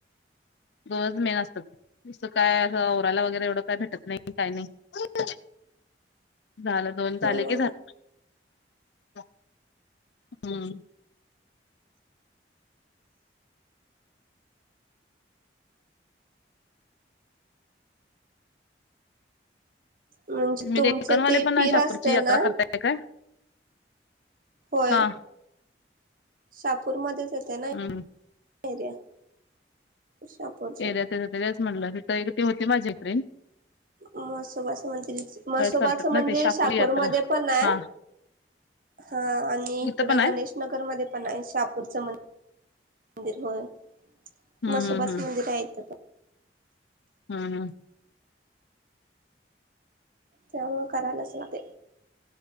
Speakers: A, on the left; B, on the right.
A: दोनच मेन असतात. सकाळी असं आवरायला वगैरे एवढं काय भेटत नाही काय नाही. झालं दोन झाले
B: हम्म
A: की झा--हम्म.
B: म्हणजे
A: म
B: तुमचं
A: डेक्कनवाले
B: ते
A: पण
B: पीर
A: <unintelligible> शापूरची
B: असतं
A: यात्रा
B: ना
A: करताय काय?
B: होय
A: हा.
B: शापूर मध्येच येते ना
A: हम्म
B: एरिया, शापूर.
A: एरिया तिथं तेच म्हटलं, तिथ एक ती होती माझी ऐक फ्रेंड.
B: म्हसोबाचं मंदिर म्हसोबाचं
A: करतात ना
B: मंदिर
A: ते शाकुरी
B: शापूरमध्ये
A: यात्रा
B: पण आहे.
A: हा
B: हा आणि इकडं
A: इथं पण आहे
B: गणेश नगर मध्ये पण आहे, शापूरचं मंदिर होय.
A: हम्म
B: म्हसोबाचं
A: हम्म हम्म
B: मंदिर आहे इथं. पण
A: हम्म हम्म.
B: त्यामुळं करायलाच लागते.